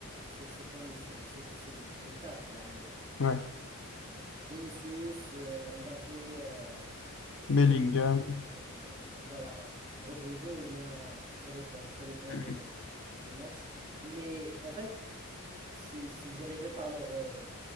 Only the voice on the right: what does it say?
c'est c'est connu, c'est c'est- c'est les quatre, là. Le,
euh, Vinicius, euh, Mbappé, euh,
Bellingham, euh, voilà, Rodrigo, ou bien, ça dépend, ça dépend de,
des matchs. Mais en fait, c'est c'est dirigé par leur euh,